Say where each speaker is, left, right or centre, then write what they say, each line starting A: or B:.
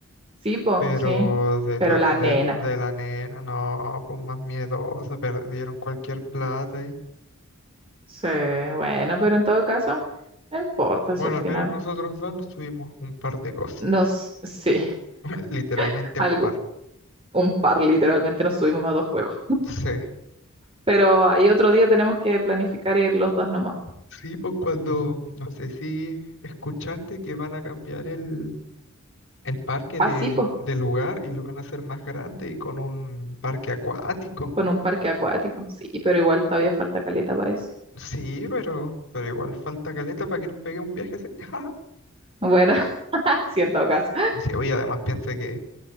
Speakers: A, on the right; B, on the left.
A: Sí, po,
B: pero
A: sí.
B: de,
A: Pero
B: tu-
A: la
B: de,
A: nena,
B: de la nena, no, pues más miedosa, perdieron cualquier plata y...
A: sí, bueno, pero en todo caso, no importa
B: Bueno,
A: si al final
B: al menos nosotros dos nos subimos un par de cosas,
A: nos, sí,
B: <laughs> literalmente
A: <laughs> algo,
B: un par,
A: un par literalmente nos subimos a dos juegos.
B: sí.
A: Pero ahí otro día tenemos que planificar ir los dos nomás.
B: Sí, pues cuando, no sé si escuchaste que van a cambiar el, el parque
A: Ah,
B: de,
A: sí, po.
B: de lugar y lo van a hacer más grande y con un parque acuático.
A: Con un parque acuático, sí, pero igual todavía falta caleta para eso.
B: Sí, pero, pero igual falta caleta para que nos pegue un viaje así. <laughs>
A: Bueno, <laughs> sí, en todo caso.
B: Y Sí, oye, además piensa que